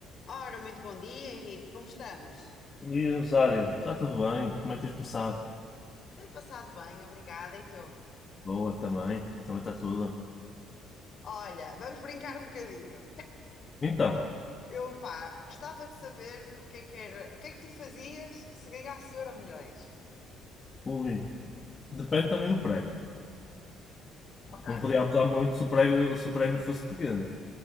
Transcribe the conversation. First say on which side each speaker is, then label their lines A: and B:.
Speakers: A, on the left (about 45°); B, on the left (about 30°).
A: Ora, muito bom dia, Henrique. Como estamos?
B: Bom dia, Rosário. Está tudo bem? Como é que tens passado?
A: Tenho passado bem, obrigada. E tu?
B: Boa, também. Também está tudo.
A: Olha, vamos brincar um bocadinho.
B: Então,
A: Eu, pá, gostava de saber o que é que era, o que é que tu fazias se ganhasse euro milhões?
B: ui, depende também do prémio.
A: Ok,
B: Não podia abusar muito se o prémio, se o prémio fosse pequeno.